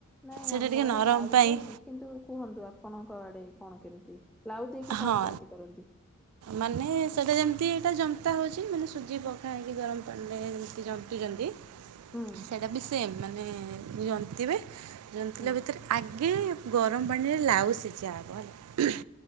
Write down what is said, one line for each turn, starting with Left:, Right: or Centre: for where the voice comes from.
Centre: ନାଇଁ
Right: ସେଇଟା
Centre: ଆମ
Right: ଟିକେ
Centre: ଆଡେ
Right: ନରମ
Centre: ଲାଉ
Right: ପାଇଁ
Centre: ଦିଅନ୍ତିନି କିନ୍ତୁ କୁହନ୍ତୁ ଆପଣଙ୍କ ଆଡେ କଣ କେମିତି ଲାଉ ଦେଇକି
Right: ହଁ
Centre: କଣ କେମିତି କରନ୍ତି?
Right: ମାନେ ସେଟା ଯେମିତି ଏଟା ଯନ୍ତା ହଉଚି ମାନେ ସୁଜି ପକା ହେଇକି ଗରମ ପାଣିରେ ଯେମିତି ଜ ଚନ୍ତି
Centre: ହୁଁ
Right: ସେଇଟା ବି ସେମ୍ ମାନେ ଜନ୍ତିବେ ଜନ୍ତିଲା
Centre: ହୁଁ
Right: ଭିତରେ ଆଗେ ଗରମ ପାଣିରେ ଲାଉ ସିଝା ହବ ହେଲା।